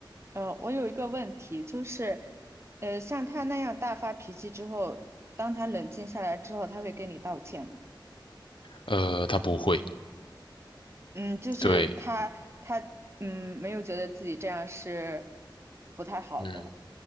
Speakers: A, on the right; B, on the left.
A: 呃，我有一个问题，就是，呃，像他那样大发脾气之后，当他冷静下来之后，他会跟你道歉吗
B: 呃，他不会。
A: 嗯，就是他他嗯没有觉得自己这样是
B: 对，
A: 不太好的。
B: 嗯，